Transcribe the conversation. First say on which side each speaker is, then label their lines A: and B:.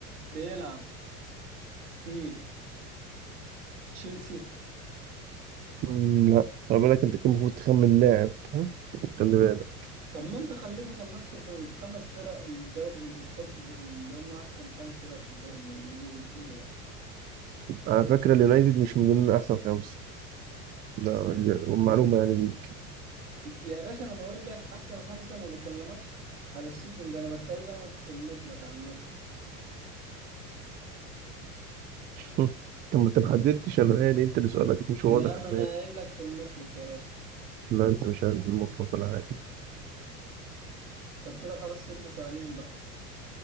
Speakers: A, on the right; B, on the right.
A: بيلعب في تشيلسي
B: مم، لا خلي بالك انت كنت المفروض تخمن لاعب ها؟ خلي بالك
A: طب ما انت خليتني خلصت الخمس فرق الدوري ال- التوب اللي هم احسن خمس فرق في الدوري الانجليزي وقلت لي لا
B: على فكرة اليونايتد مش من ضمن احسن خمسة ده معلومة يعني ليك
A: يا باشا انا بقول لك احسن خمسه ما بكلمكش على السيزون ده انا بكلمك في المطلق عامه
B: <laughs> طب ما انت ما حددتش انا مالي انت اللي سؤالك مش واضح
A: لا
B: انا
A: ما انا
B: مالي
A: قايل لك في المطلق يا باشا
B: لا انت مش عارف المطلق ولا حاجة
A: طب كده خلاص سيب لي سؤالين بقى